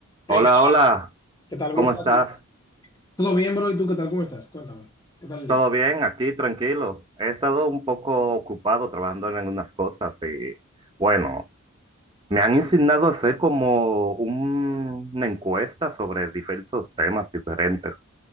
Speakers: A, on the left; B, on the right.
A: Hey,
B: Hola,
A: ¿qué tal?
B: hola,
A: ¿Qué tal? ¿Cómo
B: ¿cómo
A: estás?
B: estás?
A: Todo bien, bro. ¿Y tú qué tal? ¿Cómo estás? Cuéntame. ¿Qué tal el
B: ¿Todo
A: día?
B: bien? Aquí, tranquilo. He estado un poco ocupado trabajando en algunas cosas y bueno, me han insignado hacer como un- una encuesta sobre diversos temas diferentes.